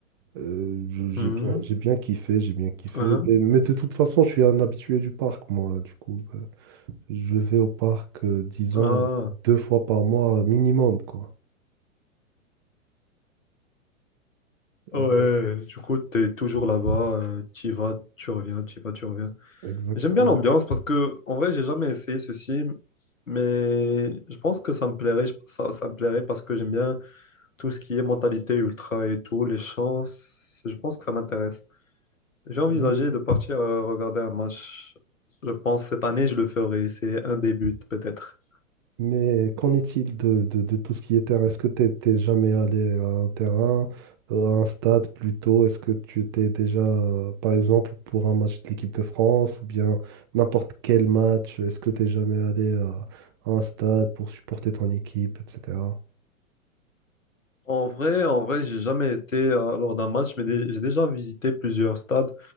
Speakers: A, on the right (about 20°); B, on the left (about 70°).
A: Euh, je- j'ai
B: Mhm.
A: bien, j'ai bien kiffé, j'ai bien kiffé.
B: Ah,
A: Ben, Mais, de toute façon, je suis un habitué du parc, moi, du coup. ben, je vais au parc, euh, disons,
B: ah.
A: deux fois par mois minimum, quoi.
B: Ouais,
A: Eh bien,
B: du coup, t'es toujours là-bas, tu y vas, tu reviens, tu y vas, tu reviens.
A: Exactement.
B: J'aime bien l'ambiance parce que, en vrai, j'ai jamais essayé ceci, mais je pense que ça me plairait, je- ça, ça me plairait parce que j'aime bien tout ce qui est mentalité ultra et tout, les chants, c'est- je pense que ça m'intéresse. J'ai envisagé
A: Ouais.
B: de partir euh, regarder un match, je pense, cette année, je le ferai, c'est un des buts, peut-être.
A: Mais qu'en est-il de, de- de tout ce qui est terrain? Est-ce que tu t'es jamais allé à un terrain, euh, à un stade plutôt? Est-ce que tu t'es déjà, euh, par exemple, pour un match de l'équipe de France ou bien n'importe quel match, est-ce que t'es jamais allé à, à un stade pour supporter ton équipe, etc.
B: En vrai, en vrai, j'ai jamais été euh, lors d'un match, mais dé- j'ai déjà visité plusieurs stades.